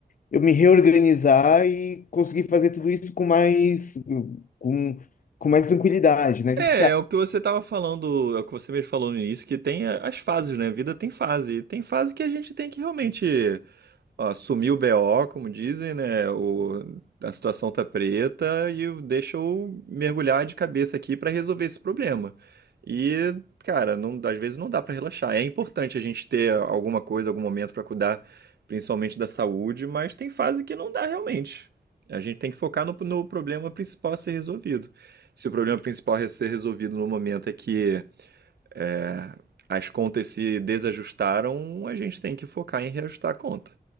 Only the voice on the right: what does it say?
É,
é o que você tava falando, é o que você mesmo falou no início, que tem a- as fases, né? A vida tem fase. E tem fase que a gente tem que realmente Ó, sumiu o BO, como dizem, né? O, a situação tá preta e o- deixa eu mergulhar de cabeça aqui para resolver esse problema. E, cara, não- às vezes não dá para relaxar. É importante a gente ter alguma coisa, algum momento para cuidar, principalmente da saúde, mas tem fase que não dá realmente. A gente tem que focar no, no problema principal a ser resolvido. Se o problema principal a ser resolvido no momento é que é, as contas se desajustaram, a gente tem que focar em reajustar a conta